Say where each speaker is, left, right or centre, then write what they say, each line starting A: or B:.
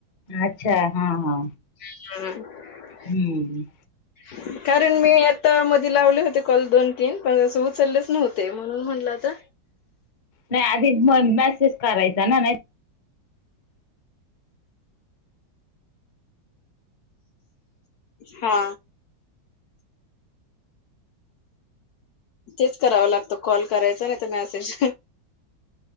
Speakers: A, on the left (about 45°); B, on the left (about 70°).
A: अच्छा हा हा
B: <unintelligible>
A: हम्म
B: <unintelligible> कारण मी आता मध्ये लावले होते कॉल दोन-तीन पण, अस उचललेच नव्हते म्हणून म्हटलं आता
A: नाही आधी म मॅसेज करायचा ना, नाही म आहे
B: हा तेच करावं लागतं कॉल करायचा नाही, तर मॅसेज.